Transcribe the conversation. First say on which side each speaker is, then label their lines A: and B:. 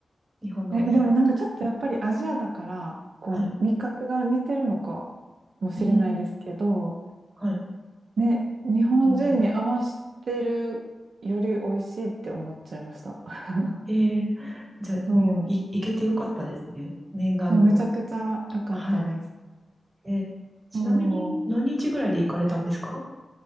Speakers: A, on the right (about 30°); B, on the right (about 75°).
A: 日本のお店は。
B: ね、でもなんかちょっとやっぱりアジアだから、こう味覚が似てるのか
A: はい。
B: もしれないですけど、
A: うん。はい。
B: ね、日本人に合わせてるより美味しいって思っちゃいました。
A: うん。
B: <laughs>
A: えー、じゃあ、
B: そう、
A: うんい、行けてよかったですね。念願の。
B: そう、めちゃくちゃ良かったです。
A: はい。え、ちなみに何日ぐらいで行かれたんですか
B: そう